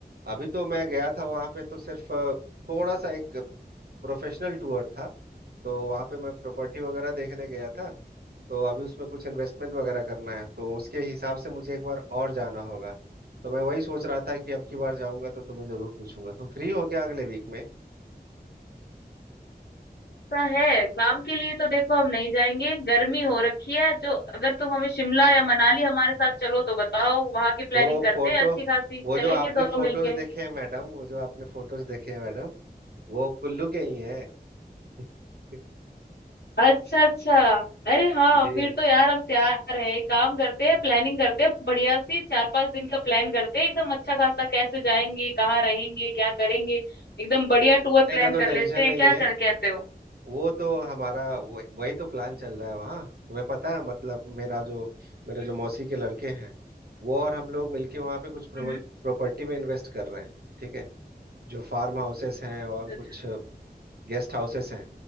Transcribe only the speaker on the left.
ऐसा है काम के लिए तो देखो हम नहीं जाएंगे गर्मी हो रखी है जो अगर तुम हमें शिमला या मनाली हमारे साथ चलो तो बताओ वहां की
प्लानिंग करते
हैं अच्छी खासी
चलेंगे
दोनों
मिलके
अच्छा अच्छा अरे हाँ
फिर तो यार हम तैयार है एक काम करते हैं प्लानिंग करते हैं बढ़िया सी चार पांच दिन का प्लान करते हैं एकदम अच्छा खासा कैसे जाएंगे कहाँ रहेंगे क्या करेंगे एकदम बढ़िया टूर
प्लान
कर
लेते हैं
क्या
कर, कहते हो
हम्म,
हम्म,
अच्छा